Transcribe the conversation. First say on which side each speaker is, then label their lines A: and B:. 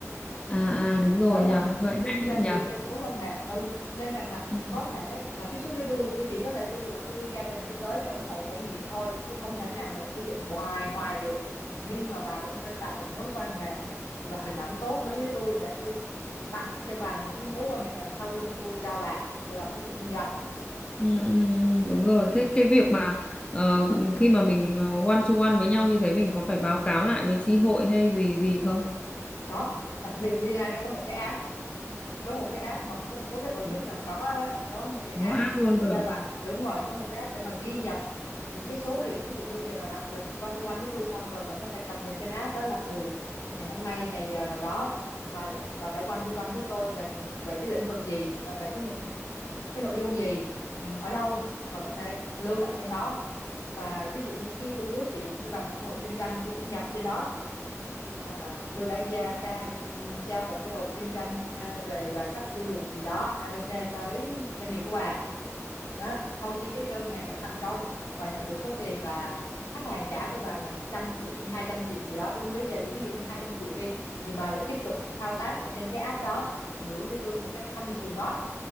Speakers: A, on the left (about 20°); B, on the left (about 80°).
A: à à đúng rồi
B: đó là
A: nhờ
B: mình
A: vậy
B: kinh doanh
A: hay nhờ
B: dựa trên mối quan hệ ừ nên rằng là
A: ừ,
B: có thể bà tiếp xúc với tôi tôi chỉ có thể sử dụng và tôi đưa gia đình tôi tới để ủng hộ trải nghiệm thôi tôi không thể nào mà sử dụng hoài hoài được nhưng mà bà vẫn phải tạo một mối quan hệ và hình ảnh tốt đối với tôi để tôi tặng cho bà những cái mối quan hệ đằng sau lưng tôi cho bà để bà phát triển kinh doanh
A: ừ, ừ, ừ, đúng rồi thế
B: ừ.
A: cái việc mà ờ, khi mà mình ờ, one to one với nhau như thế mình có phải báo cáo lại với chi hội hay gì gì không
B: có đặc biệt Bina nó có một cái app có một cái app mà không có cái tổ
A: ừ,
B: chức nào có đó có một cái
A: nó
B: app
A: áp
B: để
A: luôn rồi
B: cho bà đúng rồi có một cái app để bà ghi nhận những cái số liệu ví dụ như giờ bà đặt lịch one to one với tôi xong rồi bà có thể cập nhật trên app đó là ừ ngày hôm nay ngày giờ nào đó bà bà đã one to one với tôi về về cái lĩnh vực gì à, về cái mục cái nội dung gì ừ, ở đâu và có thể lưu lại trên đó và ví dụ như khi tôi giới thiệu cho bà một cơ hội kinh doanh tôi cũng nhập trên đó à, tôi đã ra ca ra một cơ hội kinh doanh à, về đoàn khách du lịch gì đó ABC tới doanh nghiệp của bà đó sau khi cái đơn hàng đó thành công bà nhận được số tiền là khách hàng trả cho bà là 100 triệu hay 200 triệu gì đó tôi không biết giờ ví dụ như 200 triệu đi thì bà lại tiếp tục thao tác ở trên cái app đó gửi cho tôi một cái thanh kiều ngót